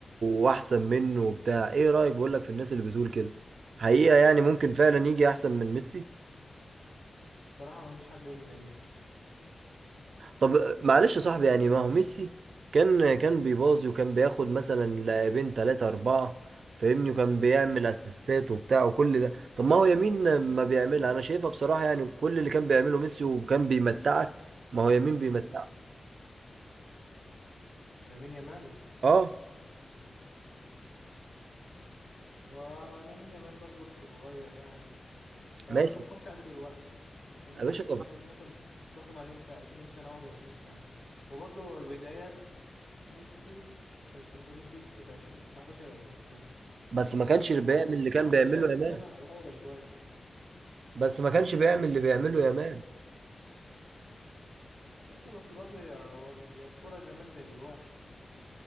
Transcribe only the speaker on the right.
واحسن منه وبتاع ايه رايك بقول لك في الناس اللي بتقول كده حقيقة يعني ممكن فعلا يجي احسن من ميسي
طب معلش يا صاحبي يعني ما هو ميسي كان كان بيباظي وكان بياخد مثلا لاعبين ثلاثة أربعة فاهمني وكان بيعمل اسيستات وبتاع وكل ده طب ما هو يمين ما بيعملها أنا شايفها بصراحة يعني كل اللي كان بيعمله ميسي وكان بيمتعك ما هو يمين بيمتعك
اه
ماشي
يا باشا
طب
بس ما كانش بيعمل
اللي
كان بيعمله
يامال
بس ما كانش بيعمل اللي بيعمله يامال